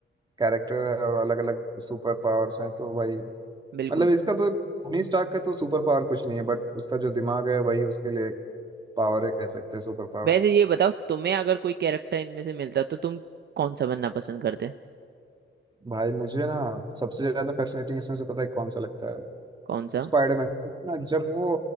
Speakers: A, on the right; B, on the right.
A: कैरेक्टर है और अलग अलग सुपर पावर्स हैं तो भाई
B: बिल्कुल
A: मतलब इसका तो टोनी स्टार्क का तो सुपर पावर कुछ नहीं है बट उसका जो दिमाग है वही उसके लिए एक पावर है कह सकते हैं सुपर पावर
B: वैसे ये बताओ तुम्हें अगर कोई कैरेक्टर इनमें से मिलता तो तुम कौन सा बनना पसंद करते
A: भाई मुझे ना सबसे ज्यादा फैसिनेटिंग इसमें से पता है कौन सा लगता है
B: कौन सा
A: स्पाइडरमैन ना जब वो